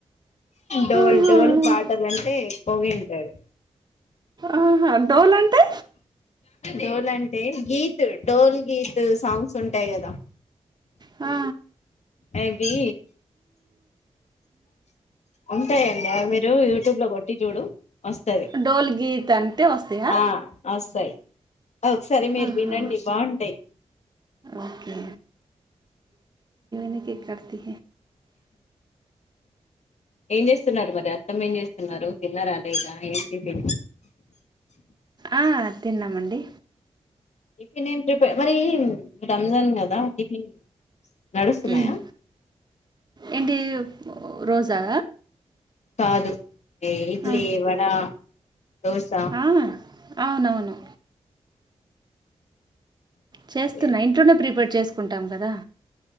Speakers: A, on the left (about 70°); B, on the right (about 35°).
A: డోల్
B: ఆహా.
A: డోల్ బాటల్ అంటే పోగింటారు
B: ఆహా డోల్ అంటే
A: డోల్ అంటే గీత్ డోల్ గీత్ సాంగ్స్ ఉంటాయి కదా
B: ఆ
A: అవి ఉంటాయండి అవి మీరు యూట్యూబ్ లో కొట్టి చూడు వస్తుంది
B: డోల్ గీత్ అంటే వస్తాయా
A: ఆ వస్తాయి ఒకసారి మీరు
B: ఆహా.
A: వినండి బాగుంటాయి
B: ఓకే నిక కతి
A: ఏం చేస్తున్నారు మరి అత్తమ్మ ఏం చేస్తున్నారు. చిన్నరా అదే ఇద ఏంటితే
B: ఆ తిన్నామండి
A: టిఫిన్ ఏం ప్రిపేర్ మరి రంజాన్ కదా టిఫిన్ నడుస్తున్నాయా
B: హ్మ్. ఏంటి రోజా
A: కాదు ఇడ్లీ
B: ఆ!
A: వడ దోస
B: ఆ! అవునవును చేస్తున్నా
A: అదే
B: ఇంట్లోనే ప్రిపేర్ చేసుకుంటాం కదా